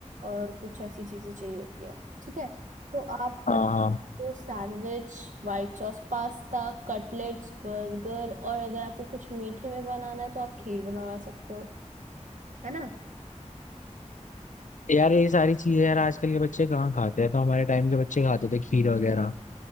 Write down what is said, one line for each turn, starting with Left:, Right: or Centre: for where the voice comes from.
Right: और कुछ ऐसी चीजें चाहिए होती है ठीक है तो आप
Left: हाँ
Right: बनवा
Left: हाँ
Right: सकते हो sandwich white sauce pasta cutlets burger और अगर आपको कुछ मीठे में बनाना है तो आप खीर बनवा सकते हो है ना
Left: यार ये सारी चीजें यार आजकल के बच्चे कहाँ खाते हैं तो हमारे टाइम के बच्चे खाते थे खीर वगैरह